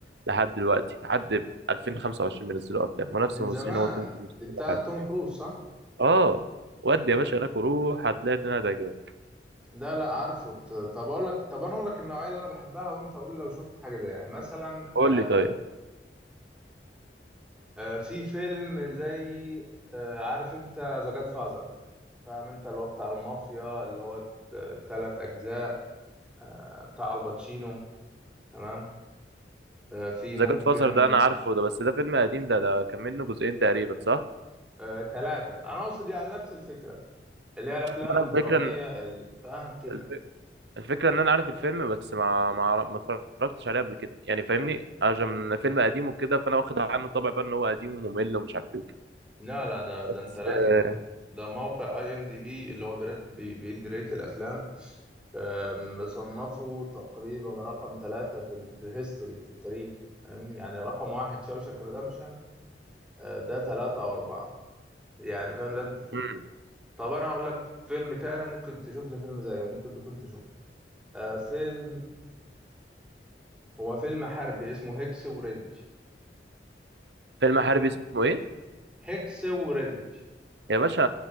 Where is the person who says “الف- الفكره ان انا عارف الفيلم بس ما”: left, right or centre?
Right